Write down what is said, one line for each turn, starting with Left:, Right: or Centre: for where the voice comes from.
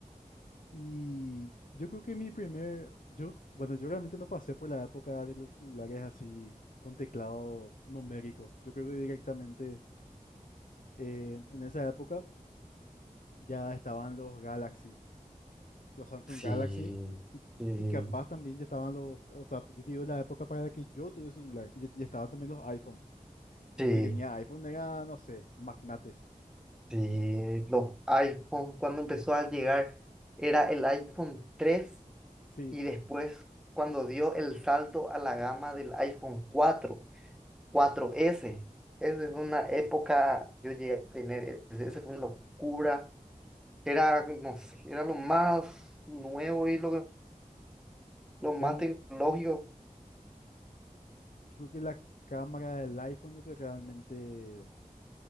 Left: Y yo creo que mi primer, yo, bueno, yo realmente no pasé por la época de los celulares así con teclado numérico. Yo creo que directamente eh, en esa época ya estaban los Galaxy, los Samsung
Centre: Sí,
Left: Galaxy, y,
Centre: sí,
Left: y capaz también ya estaban los, o sea, yo te digo la época para la que yo tuve celular, y ya, ya estaban también los iPhone.
Centre: sí,
Left: Y el que tenía iPhone era, no sé, un magnate.
Centre: sí. Los iPhone, cuando empezó a llegar, era el iPhone tres
Left: Sí,
Centre: y después cuando dio el salto a la gama del iPhone cuatro cuatro s Esa es una época, yo llegué a tener, e-, ese- esa fue una locura. Era, no sé, era lo más nuevo y lo, lo más
Left: realmente,
Centre: tecnológico.
Left: yo creo que la cámara del iPhone lo que realmente